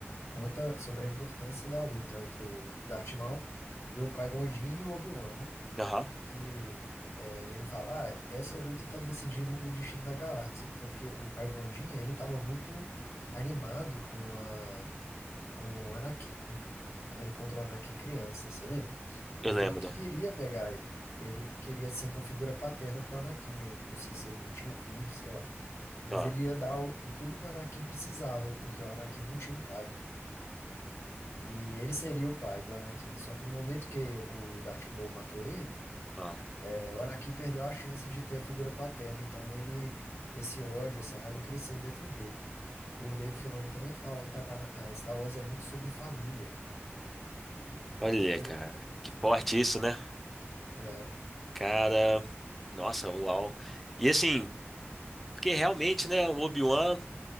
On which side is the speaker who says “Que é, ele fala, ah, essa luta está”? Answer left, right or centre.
Left